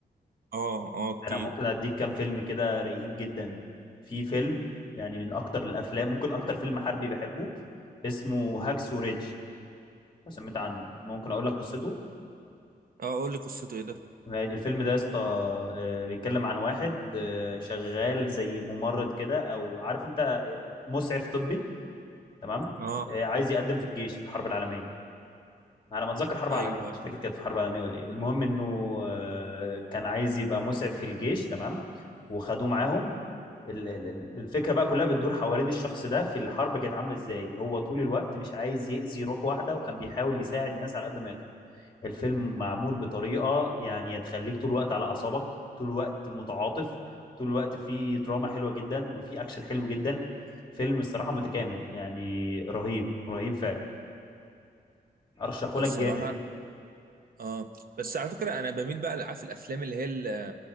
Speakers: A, on the right (about 60°); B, on the left (about 30°).
A: اه اه
B: أنا
A: كتير
B: ممكن أديك كام فيلم كده رايقين جدا في فيلم يعني من أكتر الأفلام ممكن أكتر فيلم حربي بحبه اسمه هاكسو ريدج لو سمعت عنه ممكن أقول لك قصته
A: اه قول لي قصته ايه ده
B: الفيلم ده يا اسطى آه، بيتكلم عن واحد آه، شغال زي ممرض كده أو عارف أنت آه، مسعف طبي تمام
A: اه
B: آه، عايز يقدم في الجيش في الحرب العالميه على ما اتذكر حرب
A: ايوه
B: عالميه مش فاكر كانت في حرب عالميه ولا ايه المهم انه آه، كان عايز يبقى مسعف في الجيش تمام وخدوه معاهم ال- ال- ال- الفكره بقى كلها بتدور حوالين الشخص ده في الحرب كانت عامله ازاي هو طول الوقت مش عايز يأذي روح واحده وكان بيحاول يساعد الناس على قد ما يقدر الفيلم معمول بطريقة يعني تخليك طول الوقت على أعصابك طول الوقت متعاطف طول الوقت فيه دراما حلوة جدا وفيه أكشن حلو جدا فيلم الصراحة متكامل يعني رهيب رهيب فعلا أرشحه
A: ده
B: لك
A: الصراحه
B: جامد
A: اه بس على فكره انا بميل بقى لعارف الافلام اللي هي اللي